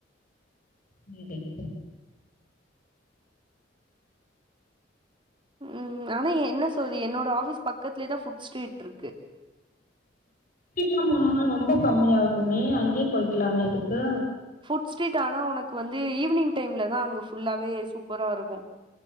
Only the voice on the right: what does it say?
ம் ஆனா என்ன சொல்றது என்னோட ஆஃபீஸ் பக்கத்துலயே தா ஃபுட் ஸ்ரீரீட் இருக்கு
ஃபுட் ஸ்ட்ரீட் ஆனா உனக்கு வந்து ஈவினிங் டைம்ல தா அங்க ஃபுல்லாவே சூப்பரா இருக்கு